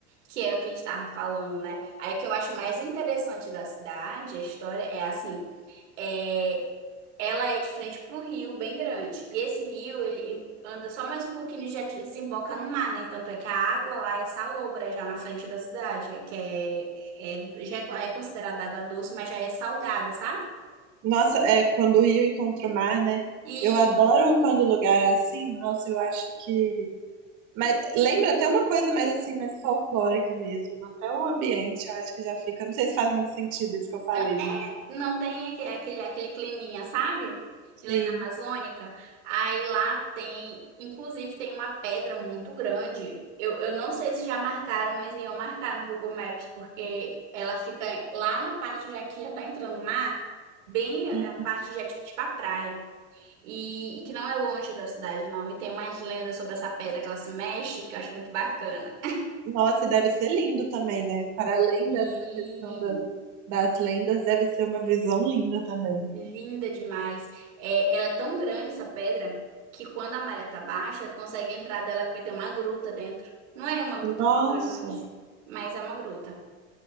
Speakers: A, on the right; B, on the right.
A: que é o que a gente tava falando, né? Aí o que eu acho mais interessante da cidade, a história, é assim, é, ela é de frente para um rio bem grande. E esse rio, ele anda só mais um pouquinho e já desemboca no mar, né? Tanto é que a água lá é salobra, já na frente da cidade, que é, é, já é con- é considerada água doce, mas já é salgada, sabe?
B: Nossa, é quando o rio encontra o mar, né?
A: E
B: Eu adoro quando o lugar é assim. Nossa, eu acho que Mas lembra até uma coisa mais assim, mais folclórica mesmo. Até o ambiente, eu acho que já fica. Não sei se faz muito sentido isso que eu falei,
A: Não, é,
B: mas
A: não tem aque- aquele, aquele, climinha, sabe?
B: sim.
A: De lenda amazônica. Aí lá tem, inclusive tem uma pedra muito grande. Eu, eu não sei se já marcaram, mas iam marcar no Google Maps, porque ela fica lá na parte já que já tá entrando o mar, bem eh,
B: Hum,
A: a parte já tipo tipo a praia. E, e que não é longe da cidade, não. E tem umas lendas sobre essa pedra que ela se mexe, que eu acho muito bacana.
B: Nossa, e deve ser lindo também, né? Para além
A: E
B: dessa questão da- das lendas, deve ser uma visão linda também.
A: Linda demais. É, ela é tão grande, essa pedra, que quando a maré tá baixa, você consegue entrar dela porque tem uma gruta dentro. Não é uma gruta
B: Nossa,
A: muito grande, mas é uma gruta.